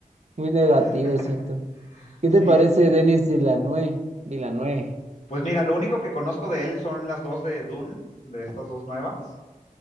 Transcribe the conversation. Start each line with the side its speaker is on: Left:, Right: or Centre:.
Right: muy negativo,
Left: <laughs>
Right: siento. ¿Qué
Left: Sí,
Right: te parece
Left: sí.
Right: Denis Villeneuve? Villeneuve.
Left: pues mira, lo único que conozco de él son las dos de Dune, de estas dos nuevas,